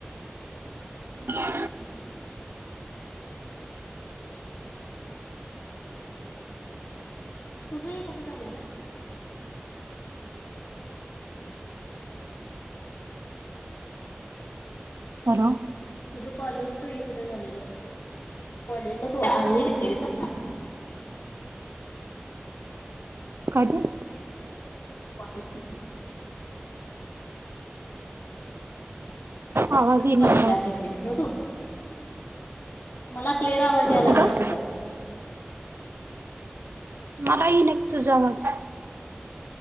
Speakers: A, on the right; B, on the left.
A: <inaudible>
B: <unintelligible> तुझंही कुठं झालेलं.
A: हॅलो.
B: तुझ कॉलेजच हे कुठं झालेलं? कॉलेजला तू आ हे घेतलेलस ना.
A: काय ते?
B: <unintelligible>
A: आवाज
B: <unintelligible>
A: येईना आवाज
B: तू. मला क्लिअर आवाज
A: कुठं
B: या लागलाय तुझा.
A: मलाही <unintelligible> तुझा आवाज.